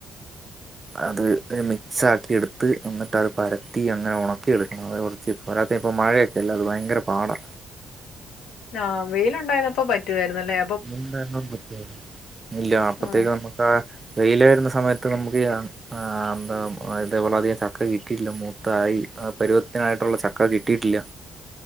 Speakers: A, on the left; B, on the right.
A: <inaudible>
B: അത് ഹേ മിക്സ് ആക്കി എടുത്ത് എന്നിട്ട് അത് പരത്തി അങ്ങനെ ഉണക്കി എടുക്കണം അതപോലെ. ഇപ്പ പോരാത്ത ഇപ്പോ മഴൊക്കെ അല്ല അത് ഭയര പാടാണ്.
A: ആഹ് വെയിലുണ്ടായിരന്നപ്പോ പറ്റുവായിന്നല്ലേ.
B: <unintelligible> ഇല്ല അപ്പത്തേക്ക്
A: ആ
B: നമ്മുക്ക് വെയിലായിരുന്ന സമയത്ത് നമുക്ക് യാ ആ എന്താ ഇതേപോലെ അധികം ചക്ക കിട്ടിയിട്ടില്ല മൂത്തായി പരിവത്തിനായിട്ടുള്ള ചക്ക കിട്ടിയിട്ടില്ല.